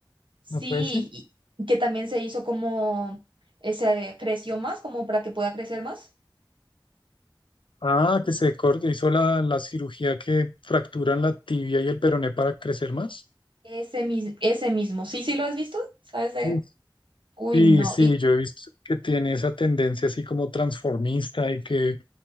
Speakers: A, on the right (about 75°); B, on the left (about 80°).
A: Sí,
B: ¿no puede ser?
A: y que también se hizo como, eh, se creció más, como para que pueda crecer más.
B: Ah, que se cortó, hizo la, la cirugía que fracturan la tibia y el peroné para crecer más.
A: Ese, mis- ese mismo. Sí, sí lo has visto, ¿sabes? de-
B: Uf.
A: Uy,
B: Sí,
A: no.
B: sí,
A: Y
B: yo he visto que tiene esa tendencia así como transformista y que,